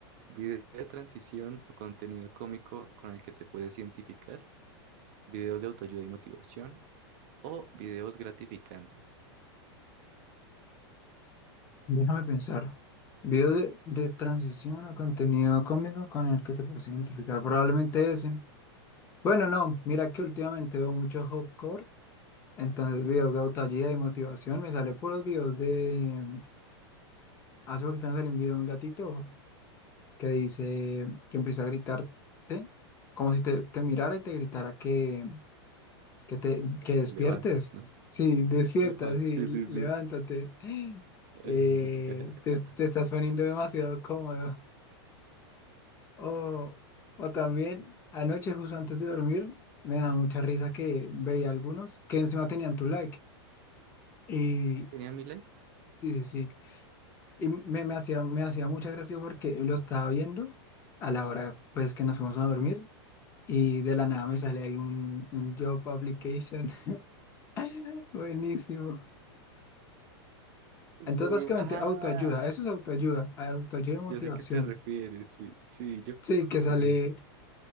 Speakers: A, on the right; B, on the left.
A: ¿Video de transición o contenido cómico con el que te puedes identificar? ¿Videos de autoayuda y motivación? ¿O videos gratificantes?
B: déjame pensar. Video de, de transición o contenido cómico con el que te puedes identificar, probablemente ese. Bueno, no, mira que últimamente veo mucho Hopcore, entonces videos de autoayuda y motivación, me sale puros videos de... Hace poquito me salió un video de un gatito que dice que empieza a gritarte como si te, te mirara y te gritara que, Que te,
A: Para
B: que
A: que
B: despiertes.
A: te levantes, ¿no?
B: Sí, despierta,
A: Ajá,
B: sí,
A: sí, sí, sí.
B: levántate.
A: <laughs>
B: Eh, te, te estás poniendo demasiado cómodo. O, o también, anoche, justo antes de dormir, me da mucha risa que veía algunos que encima tenían tu like. Y
A: ¿A qué tenían mi like?
B: sí, sí, sí. Y me, me hacía, me hacía mucha gracia porque lo estaba viendo a la hora pues que nos fuimos a dormir. Y de la nada me sale ahí un, un job application. <laughs> Buenísimo. Entonces,
A: Soy-
B: básicamente,
A: Ah,
B: autoayuda, eso es autoayuda, autoayuda y motivación.
A: yo sé a qué te refieres, sí, sí, yo...
B: Sí, que sale
A: Uy.